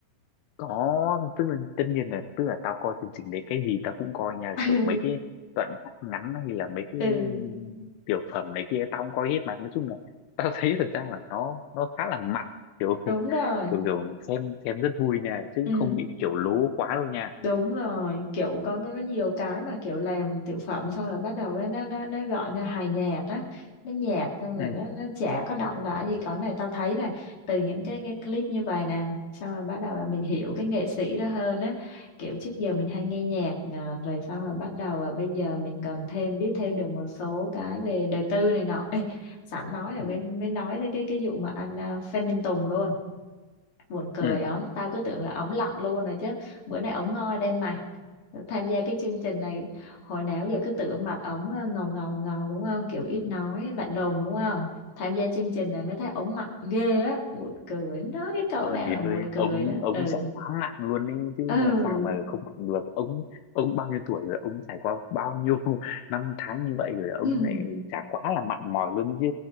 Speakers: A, on the left (about 80°); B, on the left (about 30°).
A: có tức là tất nhiên là tức là tao coi chương trình đấy cái gì tao cũng coi nha
B: <laughs> ừ,
A: kiểu mấy cái đoạn cắt ngắn hay là mấy cái
B: ừ.
A: tiểu phẩm này kia tao cũng coi hết mà nói chung là <laughs> tao thấy thật ra là nó nó khá là mặn kiểu
B: đúng rồi
A: kiểu kiểu xem xem rất vui nha chứ
B: ừ
A: không bị kiểu lố quá đâu nha
B: đúng rồi kiểu có, có có nhiều cái mà kiểu làm tiểu phẩm xong rồi bắt đầu nó nó nó, nó gọn ra hài nhạt á nó nhạt xong
A: ừ
B: rồi nó nó chả có động lại gì còn này tao thấy là từ những cái cái clip như vậy nè xong rồi bắt đầu là mình hiểu cái nghệ sĩ đó hơn á kiểu trước giờ mình hay nghe nhạc à, rồi xong rồi bắt đầu là bây giờ mình cần thêm biết thêm được một số cái về đời tư này nọ Ê, sẵn nói là
A: ừ
B: mới mới nói tới cái cái vụ mà anh à, Phan Đình Tùng luôn buồn cười
A: ừ
B: ổng tao cứ tưởng là ổng lặn luôn rồi chứ bữa nay ổng ngoi lên mày tham gia cái chương trình này hồi nào giờ cứ tưởng mặt ổng ờ, ngầu ngầu ngầu đúng không kiểu ít nói lạnh lùng đúng không tham gia chương trình này mới thấy ổng mặt ghê á buồn cười nói cái cậu
A: trời
B: này là buồn
A: ơi
B: cười
A: ông
B: đó
A: ông
B: ừ
A: trải quá nặng luôn ấy chứ
B: ừ
A: làm sao mà không mặn được ông ông bao nhiêu tuổi rồi ông trải qua bao nhiêu <laughs> năm tháng như vậy rồi ông
B: ừ,
A: lại chả quá là mặn mòi luôn chứ